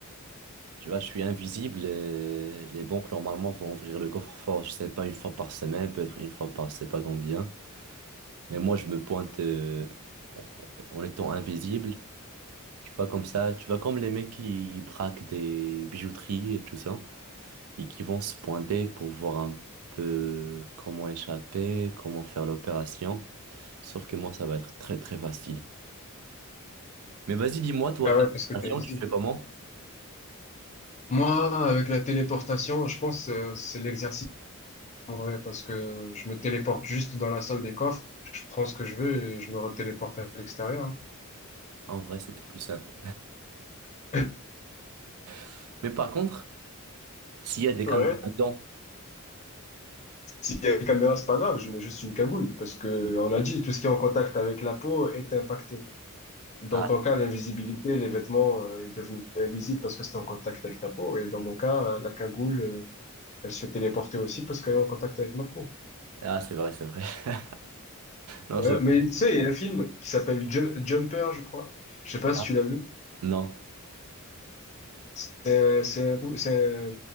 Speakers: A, on the right; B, on the left.
A: Tu vois, je suis invisible et les banques, normalement, vont ouvrir le coffre-fort, je sais pas, une fois par semaine, peut-être une fois par, je sais pas combien. Mais moi, je me pointe euh, en en étant invisible. Tu vois comme ça, tu vois comme les mecs qui braquent des bijouteries et tout ça, et qui vont se pointer pour voir un peu comment échapper, comment faire l'opération. Sauf que moi, ça va être très très facile. Mais vas-y, dis-moi, toi,
B: Bah
A: tes
B: ouais, parce que
A: opérations,
B: t'es visible.
A: tu fais comment?
B: Moi, avec la téléportation, je pense que c'est l'exercice en vrai, parce que je me téléporte juste dans la salle des coffres, je prends ce que je veux et je me retéléporte à l'extérieur.
A: En vrai, c'était plus simple.
B: hein.
A: <laughs> Mais par contre, s'il y a des caméras
B: Ouais.
A: dedans.
B: S'il y a une caméra, c'est pas grave, je mets juste une cagoule, parce que on a dit, tout ce qui est en contact avec la peau est impacté. Dans
A: Ah,
B: ton cas, l'invisibilité, les vêtements, euh, ils devenaient invisibles parce que c'était en contact avec ta peau, et dans mon cas, euh, la cagoule, euh, elle se téléportait aussi parce qu'elle est en contact avec ma peau.
A: ah, c'est vrai, c'est vrai. <laughs> Non,
B: Mais
A: c'est
B: ouais,
A: vrai.
B: mais tu sais, il y a un film qui s'appelle Ju- Jumper, je crois. Je sais pas
A: Ah,
B: si tu l'as vu.
A: Non.
B: C'est un, c'est un, bou- c'est un-